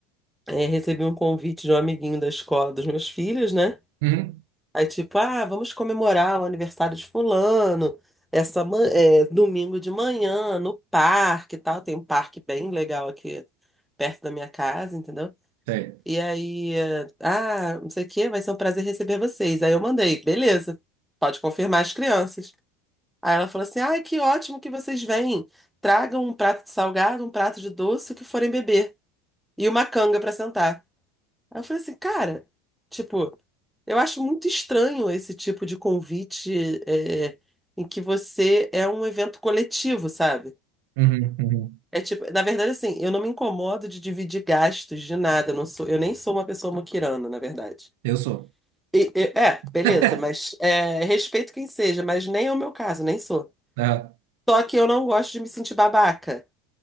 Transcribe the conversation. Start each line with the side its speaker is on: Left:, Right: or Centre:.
Centre: é, recebi um convite de um amiguinho da escola dos meus filhos, né?
Right: Uhum,
Centre: Aí tipo, ah, vamos comemorar o aniversário de fulano, essa ma- é, domingo de manhã no parque, e tal. Tem um parque bem legal aqui perto da minha casa, entendeu?
Right: sei.
Centre: E aí, eh, ah, não sei o quê, vai ser um prazer receber vocês. Aí eu mandei, beleza, pode confirmar as crianças. Aí ela falou assim: ai, que ótimo que vocês vêm. Tragam um prato de salgado, um prato de doce, o que forem beber. E uma canga pra sentar. Aí eu falei assim, cara, tipo, eu acho muito estranho esse tipo de convite, eh, em que você é um evento coletivo, sabe?
Right: Uhum, uhum.
Centre: É tipo, na verdade, assim, eu não me incomodo de dividir gastos de nada. eu Não sou, eu nem sou uma pessoa moquirana, na verdade.
Right: Eu sou.
Centre: E- e- é, beleza,
Right: <laughs>
Centre: mas é, respeito quem seja, mas nem é o meu caso, nem sou.
Right: Ah,
Centre: Só que eu não gosto de me sentir babaca.